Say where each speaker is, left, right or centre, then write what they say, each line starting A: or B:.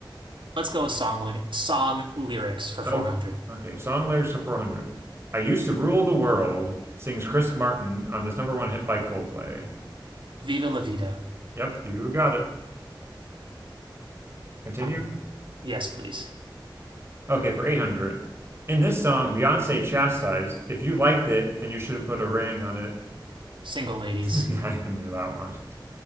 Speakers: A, on the right (about 80°); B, on the right (about 30°).
A: Let's go with song ly- song lyrics for
B: Oh,
A: 400.
B: okay. Song lyrics are 400. I used to rule the world, sings Chris Martin on this number one hit by Coldplay.
A: Viva la vida.
B: Yep, you got it. Continue.
A: Um, yes, please.
B: Okay, for 800. In this song, Beyonce chastised, if you liked it, then you should have put a ring on it.
A: Single ladies.
B: <laughs> I even knew that one. <laughs>